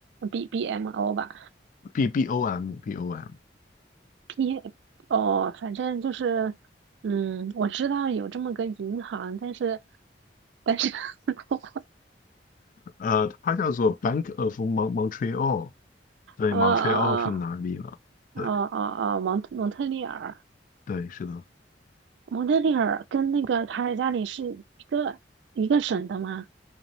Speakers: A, on the right; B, on the left.
A: B B M O 吧
B: B BOM BOM，
A: p 哦，反正就是，嗯，我知道有这么个银行，但是，但是，<laughs>
B: 呃，它叫做 Bank of Mon Montreal。对，Montreal
A: 呃呃
B: 是哪里呢？
A: 呃呃呃，
B: 对
A: 蒙特蒙特利尔，
B: 对，是的。
A: 蒙特利尔跟那个卡尔加里是一个一个省的吗？